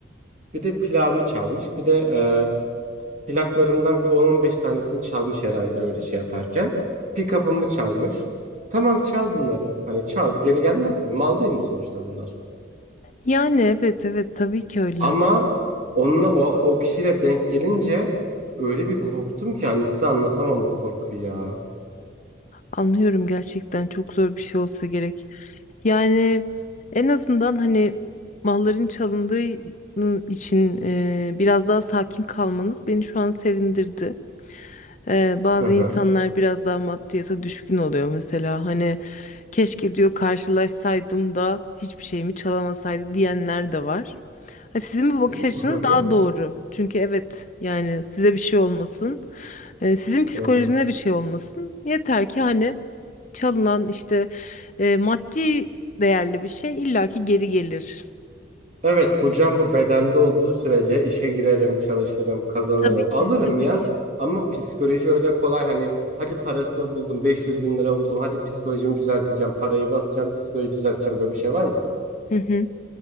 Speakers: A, on the right; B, on the left.
A: Bir de plağımı çalmış. Bir de Plaklarımdan bir 10-15 tanesini çalmış herhalde öyle şey yaparken. Pick-up'ımı çalmış. Tamam çal bunları. Hani çal geri gelmez mi? Mal değil mi sonuçta bunlar?
B: Yani evet evet tabii ki öyle.
A: Ama onunla o, o kişiyle denk gelince öyle bir korktum ki hani size anlatamam bu korkuyu ya.
B: Anlıyorum gerçekten çok zor bir şey olsa gerek. Yani en azından hani malların çalındığı için e, biraz daha sakin kalmanız beni şu an sevindirdi. E, bazı
A: Hı hı.
B: insanlar biraz daha maddiyata düşkün oluyor mesela. Hani keşke diyor karşılaşsaydım da hiçbir şeyimi çalamasaydı diyenler de var. Ha, sizin bu bakış
A: Hı
B: açınız
A: hı.
B: daha doğru. Çünkü evet yani size bir şey olmasın. e, sizin psikolojinize
A: Hı hı.
B: bir şey olmasın. Yeter ki hani çalınan işte e, maddi değerli bir şey illaki geri gelir.
A: Evet bu can bu bedende olduğu sürece işe girerim, çalışırım, kazanırım,
B: Tabii ki,
A: alırım
B: tabii
A: ya.
B: ki.
A: Ama psikoloji öyle kolay hani hadi parasını buldum 500 bin lira buldum hadi psikolojimi düzelteceğim parayı basacağım psikoloji düzelteceğim böyle bir şey var mı?
B: Hı hı,